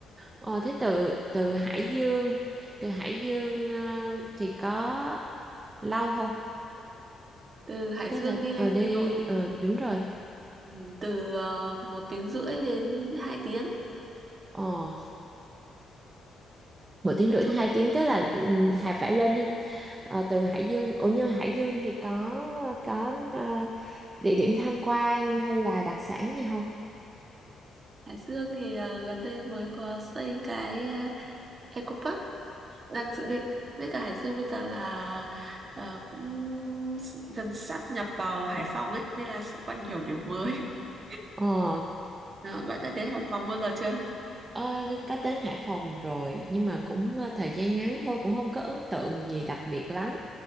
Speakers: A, on the right (about 25°); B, on the right (about 40°).
A: Ồ, thế từ từ Hải Dương, từ Hải Dương ờ, thì có lâu không?
B: từ Hải
A: Tức
B: Dương
A: là
B: đi lên
A: ở đây
B: Hà Nội thì
A: ờ, đúng rồi.
B: ừ, từ à, một tiếng rưỡi đến hai tiếng
A: Ồ. một tiếng
B: nói
A: rưỡi
B: chung
A: tới
B: là
A: hai tiếng tức là
B: gần
A: ừ, Hà phải lên ờ, từ Hải Dương ủa nhưng mà Hải Dương thì có có ờ, địa điểm tham quan hay là đặc sản gì không
B: Hải Dương thì ờ, gần đây mới có xây cái ờ, Eco Park đang dự định với cả Hải Dương bây giờ là ờ, cũng s- gần sắp nhập vào Hải Phòng ấy nên là sẽ có nhiều điểm mới <laughs>
A: ờ
B: Ờ, bạn đã đến Hải Phòng bao giờ chưa
A: ờ, Linh có đến Hải Phòng rồi nhưng mà cũng ờ, thời gian ngắn thôi cũng không có ấn tượng gì đặc biệt lắm